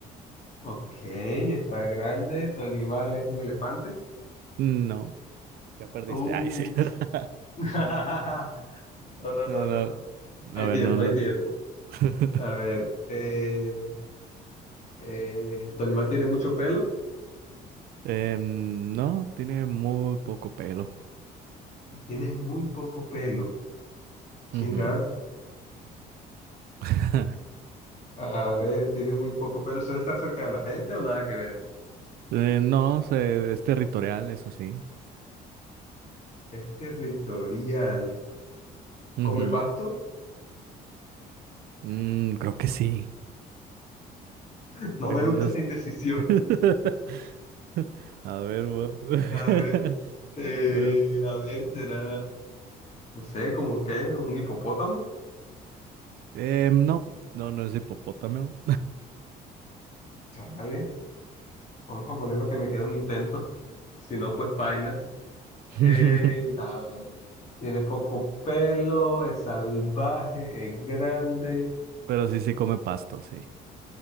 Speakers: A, on the left; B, on the right.
A: Ok, está grande. ¿Tu animal es un elefante?
B: No. Ya perdiste.
A: Uh.
B: Ay, sí. <laughs>
A: <laughs> No, no,
B: No,
A: no,
B: no.
A: no, no. Hay
B: A ver,
A: tiempo,
B: no, no.
A: hay tiempo.
B: es. <laughs>
A: A ver, eh, eh, ¿tu animal tiene mucho pelo?
B: Em, no, tiene muy poco pelo.
A: Tiene muy poco pelo. Chingar.
B: Ujú. <laughs>
A: A ver, tiene muy poco pelo. ¿Suele estar cerca de la gente o nada que ver?
B: Eh, no, se- es territorial, eso sí.
A: Es territorial.
B: Ujú.
A: ¿Come pasto?
B: Mm, creo que sí.
A: <laughs> No
B: Según
A: me gusta
B: yo. s-
A: esa indecisión.
B: <laughs> A ver, bueno. <laughs>
A: A ver, eh,
B: Bueno,
A: a ver, será, no sé, como que un hipopótamo.
B: em, no, no, no es hipopótamo.
A: Chale, vamos a poner lo que me queda un intento. Si no, pues bailas.
B: <laughs>
A: Eh,
B: <laughs>
A: a ver, tiene poco pelo, es salvaje, es grande,
B: Pero sí, sí come pasto, sí.